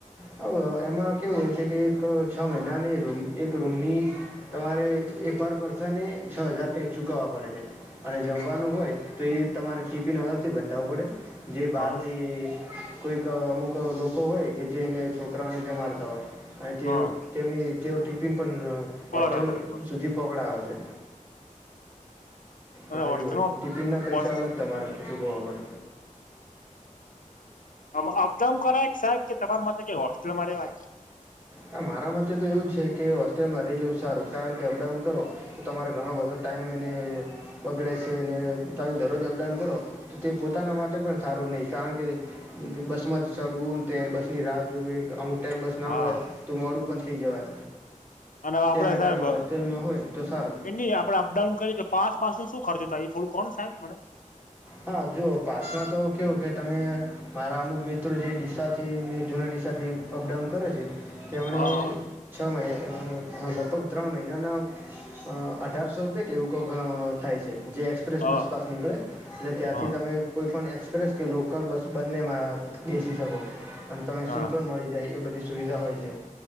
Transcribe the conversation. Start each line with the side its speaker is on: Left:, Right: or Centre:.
Right: હ એમાં કેવું હોય છે કે એક છ મહિનાની રૂમ એક રૂમની, તમારે એ પર પર્સને છ હજાર કંઈક ચૂકવવા પડે છે, અને જમવાનું હોય તો એ તમારે ટીપિન અલગથી બંધાવવું પડે. જે
Left: હ
Right: બહારથી કોઈક અમુક લોકો હોય કે જે એને છોકરાઓને જમારતા હોય, અને તે
Left: હ
Right: તેઓ ટિફિન પણ
Left: બરાબર
Right: હોસ્ટેલ
Left: બરાબર
Right: સુધી પકડાવે છે
Left: અને
Right: હા
Left: હોસ્ટલમાં
Right: એવું હોય ટિફિનના
Left: <unintelligible>
Right: પૈસા અલગ તમારે ચૂકવવા પડે
Left: આમા અપડાઉન કરાય સાહેબ કે તમારા માટે કઈ હોસ્ટેલમાં રહેવાય
Right: હા મારા મતે તો એવું જ છે કે હોસ્ટેલમાં રેલુ સારું કારણ કે અપડાઉન કરો તો તમારે ઘણો બધો ટાઈમ એને બગડે છે અને તમે દરરોજ અપડાઉન કરો તો તે પોતાના માટે પણ સારું નહીં કારણ કે બસમાં જ ચડવું તે બસની રાહ જોવી અમુક ટાઈમ બસ ના
Left: હા
Right: મળે તો મોડું પણ થઇ જવાય
Left: અને આપડે
Right: તેના
Left: સાહેબ
Right: કારણે હોસ્ટેલમાં હોય તો સારું
Left: એ ની આપડે અપડાઉન કરીએ કે પાસ પાસ ન શું ખર્ચ થાય થોડું કોન સાહેબ મને
Right: હા જોઓ પાસમાં તો કેવું કે તમે મારા અમુક મિત્રો જે ડીસાથી જૂના ડીશાથી અપડાઉન કરે છે તેમણે
Left: હા
Right: છ મહિના લગભગ ત્રણ મહિનાના અઢારસો રૂપિયા કે એવું ક થાય છે જે એક્સપ્રેસ
Left: હા
Right: બસપાસ નીકળે એટલે ત્યાંથી
Left: હા
Right: તમે કોઈપણ એક્સપ્રેસ કે લોકલ બસ બંનેમાં બેસી શકો અને તમને
Left: હા
Right: સીટ પણ મળી જાય એ બધી સુવિધા હોય છે